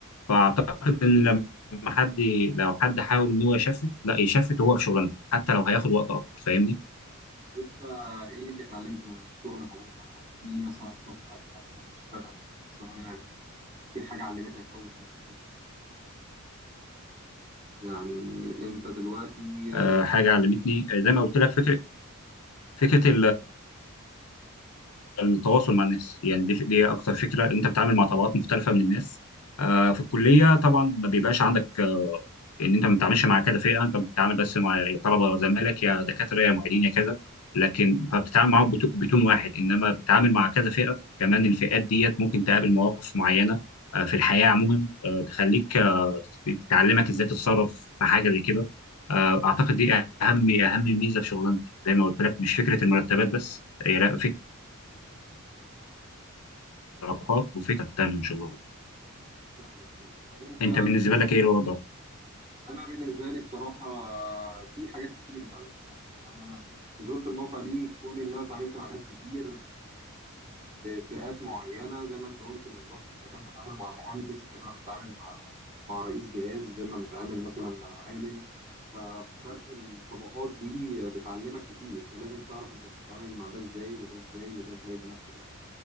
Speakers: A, on the left; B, on the right.
A: فاعتقد ان لما حد لو حد حاول ان هو يشفت لا يشفت وهو في شغلانته حتى لو هياخد وقت اكتر فاهمني
B: طب انت ايه اللي اتعلمته من شغلك عموما او في مثلا شغل قبل ما انت تشتغل الشغلانة دي في حاجة علمتك قوي فيها ايه هي مثلا يعني انت دلوقتي
A: آه
B: آه،
A: حاجه علمتني آه، زي ما قلت لك فكره فكره التواصل مع الناس يعني دي, دي اكتر فكره انت بتتعامل مع طبقات مختلفه من الناس آه، في الكليه طبعا ما بيبقاش عندك آه، ان انت ما بتتعاملش مع كذا فئه انت بتتعامل بس مع يا طلبه زمايلك يا دكاتره يا معيدين يا كذا لكن فبتتعامل معاهم بتو- بتون واحد انما بتتعامل مع كذا فئه كمان الفئات ديت ممكن تقابل مواقف معينه آه، في الحياه عموما آه، تخليك آه، تت- تتعلمك ازاي تتصرف في حاجه زي كده آه، اعتقد دي اهم اهم ميزه في شغلانتي زي ما قلت لك مش فكره المرتبات بس هي لا، فكره علاقات وفكره تانية ان شاء الله
B: فاهمك ايوه طب انت
A: انت بالنسبه لك ايه الوضع
B: انا بالنسبه لي بصراحه في حاجات كتير اتعلمتها يعني انا نزلت الموقع دي كون ان انا اتعاملت مع ناس كتير بفئات معينه زي ما انت قلت بالظبط اذا كان بتعامل مع مهندس غير لما اتعامل مع مع رئيس جهاز غير لما اتعامل مثلا مع عامل ففرق الطبقات دي بتعلمك كتير ولازم تعرف انت بتتعامل مع ده ازاي وده ازاي وده ازاي بنفس الوقت